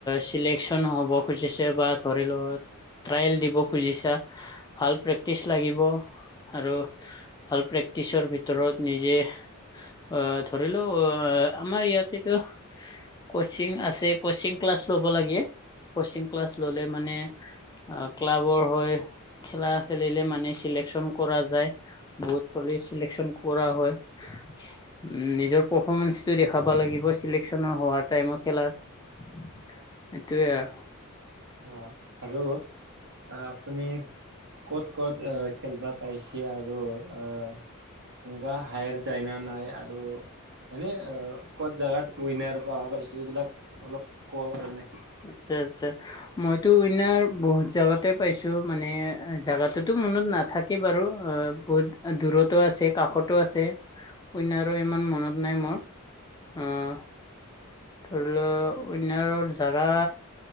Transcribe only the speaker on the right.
অ আৰু অ' আপুনি ক'ত ক'ত অ' খেলবা পাইছি আৰু অ'- এনেকুৱা হায়াৰ যায়না নাই আৰু এনেই অ- ক'ত জাগাত উইনাৰ পাবা পাৰিছো এইবিলাক অলপ ক'ব পাৰি নেকি?